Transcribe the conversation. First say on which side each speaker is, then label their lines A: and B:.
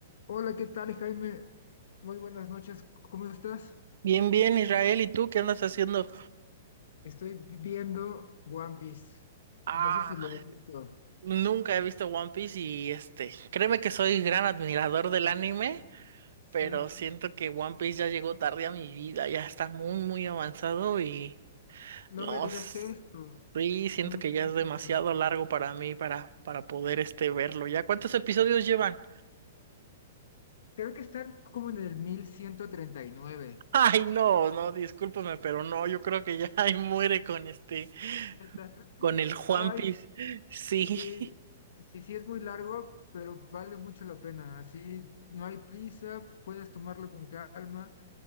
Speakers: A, on the left; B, on the right.
A: Hola, ¿qué tal, Jaime? Muy buenas noches, ¿cómo estás?
B: Bien, bien, Israel, ¿y tú qué andas haciendo?
A: Estoy viendo One Piece.
B: Ah,
A: No sé si lo has visto.
B: nunca he visto One Piece y este, créeme que soy gran admirador del anime,
A: Sí.
B: pero siento que One Piece ya llegó tarde a mi vida, ya está muy, muy avanzado y
A: No
B: no,
A: me digas
B: s-
A: esto.
B: sí, siento
A: No me
B: que
A: digas
B: ya es demasiado
A: eso.
B: largo para mí para, para poder este verlo. ¿Ya cuántos episodios llevan?
A: Creo que están como en el 1139.
B: <laughs> Ay, no, no, discúlpame, pero no, yo creo que ya <laughs> ahí muere con este,
A: <laughs> ¿Neta?
B: con el
A: Ay,
B: One Piece. Sí.
A: sí, sí, sí es muy largo, pero vale mucho la pena. Así no hay prisa, puedes tomarlo con calma,